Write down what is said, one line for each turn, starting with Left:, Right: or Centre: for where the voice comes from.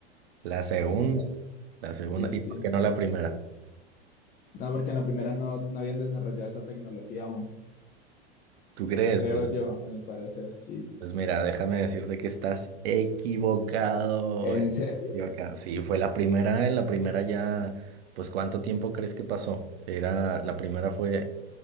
Right: La segunda.
Left: sí,
Right: La segunda.
Left: sí,
Right: ¿Y
Left: sí.
Right: por qué no la primera?
Left: No, porque en la primera no, no habían desarrollado esa tecnología aún,
Right: ¿Tú crees?
Left: creo
Right: Pues
Left: yo, a mi parecer, sí.
Right: Pues mira, déjame decirte que estás equivocado.
Left: ¿En
Right: estás
Left: serio?
Right: equivocado. Sí, fue la primera, en la primera ya, pues ¿cuánto tiempo crees que pasó? Era, la primera fue